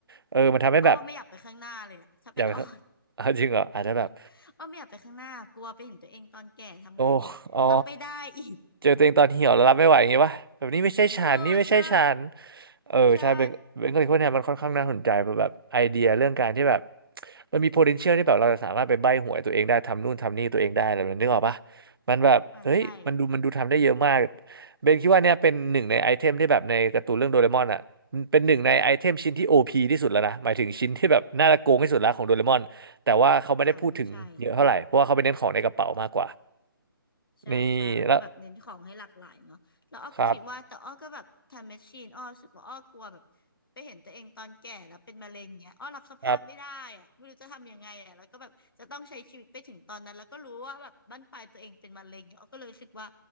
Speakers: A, on the right; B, on the left.
A: เออมันทำให้แบบ
B: อ้อว่าไม่อยากไปข้างหน้าเลยอะถ้าเป็น
A: อยากไปข้าง
B: <laughs> อ้อ
A: <laughs> อ่ะจริงเหรออาจจะแบบ
B: <laughs> อ้อไม่อยากไปข้างหน้ากลัวไปเห็นตัวเองตอนแก่ทำไงอะรับไม่ได้อีก
A: โอ้อ๋อเจอตัวเองตอนเหี่ยวแล้วรับไม่ไหวอย่างงี้ป่ะแบบนี้ไม่ใช่ฉันนี่ไม่ใช่ฉัน
B: <laughs> เออใช่
A: เออใช่เบนเบนก็เลยพวกเนี้ยมันค่อนข้างน่าสนใจเพราะแบบไอเดียเรื่องการที่แบบ
B: ใช่
A: มันมี potential ที่แบบเราจะสามารถไปใบ้หวยตัวเองได้ทำนู่นทำนี่ตัวเองได้อะไรแบบนั้นนึกออกป่ะมันแบบเฮ้ยมันดูมันดูทำได้เยอะมาก
B: อ่าใช่
A: เบนคิดว่าเนี่ยเป็นหนึ่งในไอเทมที่แบบในการ์ตูนเรื่องโดเรมอนอ่ะเป็นหนึ่งในไอเทมชิ้นที่ OP ที่สุดแล้วนะหมายถึงชิ้นที่แบบน่าจะโกงที่สุดแล้วของโดเรมอนแต่ว่าเขาไม่ได้พูดถึงเยอะเท่าไหร่เพราะว่าเขาไปเน้นของในกระเป๋ามากกว่า
B: อ่าก็ใช่ ใช่ใช่มันก็แบบเน้นของให้หลากหลายเนาะแล้วอ้อก็คิดว่าแต่อ้อก็แบบทำแมชชีนอ้อรู้สึกว่าอ้อกลัวแบบไปเห็นตัวเองตอนแก่แล้วเป็นมะเร็งเงี้ยอ้อรับสภาพไม่ได้อะไม่รู้จะทำยังไงอะแล้วก็แบบจะต้องใช้ชีวิตไปถึงตอนนั้นแล้วก็รู้ว่าแบบบั้นปลายตัวเองเป็นมะเร็งเนี่ยอ้อก็เลยรู้สึกว่า
A: นี่แล้วครับครับ